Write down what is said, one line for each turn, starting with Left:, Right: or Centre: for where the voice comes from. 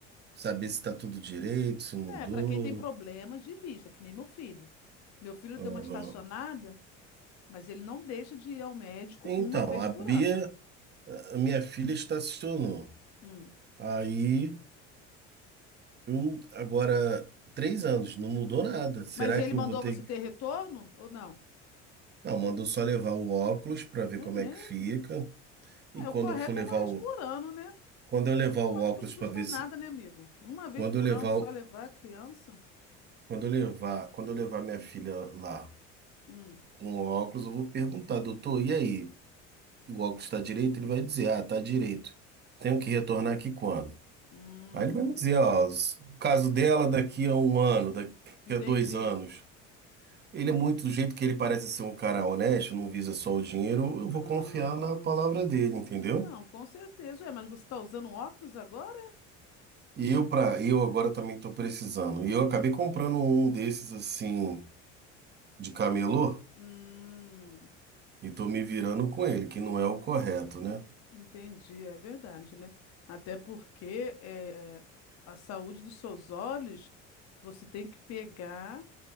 Right: Saber se tá tudo direito, se mudou.
Left: É, para quem tem problemas de vista, que nem meu filho. Meu filho
Right: Aham.
Left: deu uma estacionada, mas ele não deixa de ir ao médico
Right: Então,
Left: uma vez
Right: a
Left: por
Right: Bia,
Left: ano.
Right: a minha filha, estacionou.
Left: Hum.
Right: Aí. Eu, agora, três anos, não mudou nada. Será
Left: Mas ele
Right: que
Left: mandou
Right: eu vou ter.
Left: você ter retorno ou não?
Right: Não, mandou só levar o óculos para ver
Left: É
Right: como
Left: mesmo?
Right: é que fica. E
Left: É,
Right: quando
Left: o correto
Right: eu for levar
Left: é uma vez
Right: o.
Left: por ano, né?
Right: Quando eu levar
Left: Eu
Right: o
Left: acho
Right: óculos
Left: que não custa
Right: para ver
Left: nada,
Right: se.
Left: né, amigo? Uma vez
Right: Quando
Left: por
Right: eu levar.
Left: ano só
Right: o-
Left: levar a criança?
Right: Quando eu levar. Quando eu levar minha filha lá
Left: Hum.
Right: com o óculos, eu vou perguntar, doutor, e aí? O óculos está direito? Ele vai dizer, ah, tá direito. Tenho que retornar aqui quando?
Left: Hum.
Right: Aí ele vai me dizer, ó, s- o caso dela daqui a um ano, daqui
Left: Entendi.
Right: a dois anos. Ele é muito do jeito que ele parece ser um cara honesto, não visa só o dinheiro, eu
Left: Ah.
Right: vou confiar na palavra dele, entendeu?
Left: Não, com certeza. É, mas você está usando óculos agora?
Right: E eu para eu agora também tô precisando. E eu acabei comprando um desses assim de camelô
Left: Hum.
Right: e tô me virando com ele, que não é o correto, né?
Left: Entendi, é verdade, né? Até porque eh, a saúde dos seus olhos você tem que pegar